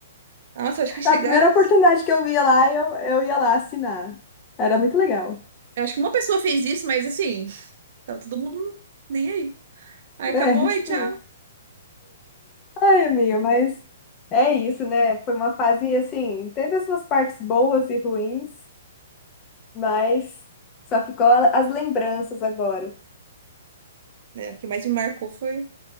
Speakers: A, on the right (about 60°); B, on the left (about 25°).
A: Nossa, acho que chegaram...
B: A primeira oportunidade que eu via lá, eu, eu ia lá assinar. Era muito legal.
A: Eu acho que uma pessoa fez isso, mas assim, tava todo mundo nem aí. Aí acabou,
B: É,
A: aí
B: <laughs> tipo
A: tchau.
B: isso. Ai, amiga, mas é isso, né? Foi uma fase assim, teve as suas partes boas e ruins, mas só ficou a- as lembranças agora.
A: É, o que mais me marcou foi...